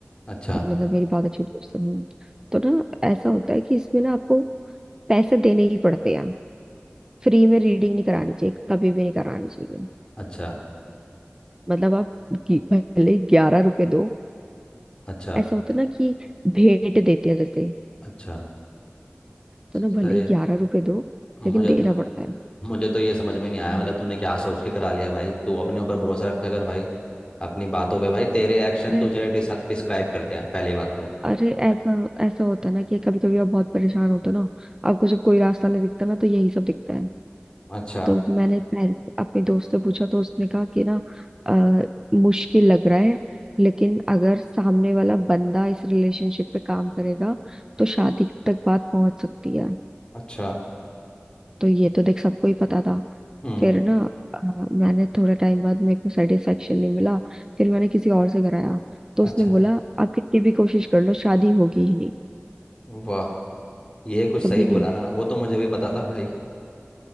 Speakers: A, on the left; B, on the right.
A: अच्छा
B: मतलब मेरी बहुत अच्छी दोस्त है हम्म। तो ना ऐसा होता है कि इसमें ना आपको पैसे देने ही पड़ते हैं फ्री में रीडिंग नहीं करानी चाहिए कभी भी नहीं करानी चाहिए
A: अच्छा अच्छा
B: मतलब आप कि- भले ही ग्यारह रुपए दो
A: अच्छा
B: ऐसा होता है ना कि भेंट देते हैं जैसे
A: अच्छा
B: तो ना
A: सही
B: भले ही ग्यारह रुपए दो
A: मुझे
B: लेकिन देना पड़ता है
A: मुझे तो ये समझ में नहीं आया
B: हम्म।
A: मतलब तूने क्या सोच के करा लिया भाई तू अपने ऊपर भरोसा रखा कर भाई अपनी बातों पे भाई तेरे एक्शन
B: अरे
A: तुझे डिस, डिस्क्राइब करते हैं पहली बात तो
B: अरे ऐसा ऐसा होता है ना कि कभी कभी आप बहुत परेशान होते हो ना आपको जब कोई रास्ता नहीं दिखता ना तो यही सब दिखता है
A: अच्छा
B: तो मैंने पहले अपने दोस्त से पूछा तो उसने कहा कि ना आ, मुश्किल लग रहा है लेकिन अगर सामने वाला बंदा इस रिलेशनशिप पे काम करेगा तो शादी तक बात पहुंच सकती है
A: अच्छा
B: तो ये तो देख सबको ही पता था
A: हम्म
B: फिर ना अ, मैंने थोड़ा टाइम बाद मेरे को सेटिस्फेक्शन नहीं मिला फिर मैंने किसी और से कराया तो
A: अच्छा
B: उसने बोला आप कितनी भी कोशिश कर लो शादी होगी ही नहीं
A: वाह ये कुछ सही
B: कभी नहीं
A: बोला ना वो तो मुझे भी पता था भाई